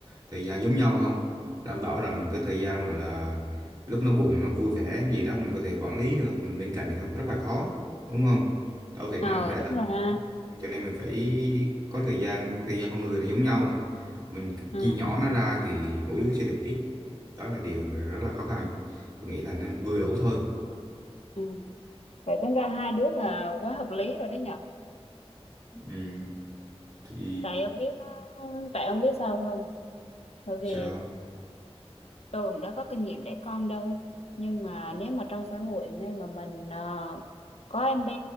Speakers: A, on the right; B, on the left.
A: thời gian giống nhau không đảm bảo rằng cái thời gian gọi là lúc nó buồn nó vui vẻ cái gì đó mình có thể quản lý được không? mình bên cạnh được không rất là khó đúng không đâu thể nào
B: Ờ
A: để
B: đúng
A: được
B: rồi ha.
A: cho nên mình phải có thời gian thời gian con người là giống nhau mà mình
B: Ừ.
A: chia nhỏ nó ra thì mỗi đứa sẽ được ít đó là điều rất là khó khăn tôi nghĩ là nên vừa đủ thôi
B: Ừ. Vậy tính ra hai đứa là quá hợp lý rồi đấy nhở.
A: ừ. thì
B: Tại ông biết tại ông biết sao không? Bởi vì
A: sao
B: Tường đã có kinh nghiệm đẻ con đâu nhưng mà nếu mà trong xã hội nay mà mình ờ, có em bé